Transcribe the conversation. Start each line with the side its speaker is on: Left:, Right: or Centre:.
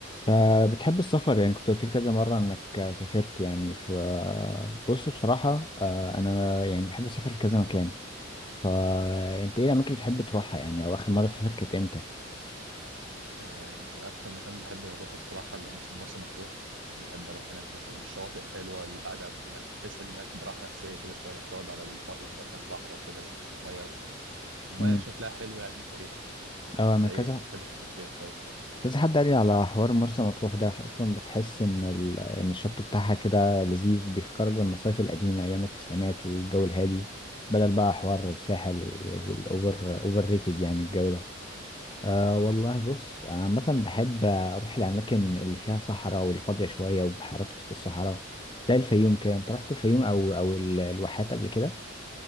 Left: فبتحب السفر يعني كنت قلت لي كذا مرة انك سافرت يعني ف بص بصراحة آه، انا يعني بحب اسافر في كذا مكان فانت ايه الاماكن اللي بتحب تروحها يعني او اخر مرة سافرت كانت امتى؟
Right: آه، بس أكتر مكان بحب أروحه الصراحة اللي هو مثلا مرسى مطروح بحب أروح هناك مثلا الشواطئ حلوة القعدة يعني تحس إنك براحة نفسية كده شوية ما بتقعد على الماء مثلا البحر وكده المية المية
Left: امم
Right: شكلها حلو يعني ومريحة
Left: اه
Right: أنت
Left: انا
Right: إيه
Left: كذا
Right: بتحب تسافر فين طيب؟
Left: كذا حد قال لي على حوار مرسى مطروح ده اصلا بتحس ان ال... ان الشط بتاعها كده لذيذ بيفكرك بالمصايف القديمة ايام التسعينات والجو الهادي بدل بقى حوار الساحل و- والاوفر اوفر ريتد يعني الجو ده أه
Right: آه
Left: والله بص عامة بحب أروح الأماكن اللي فيها صحراء والفاضية شوية وبحيرات وسط الصحراء زي الفيوم كده أنت رحت الفيوم أو أو ال- الواحات قبل كده؟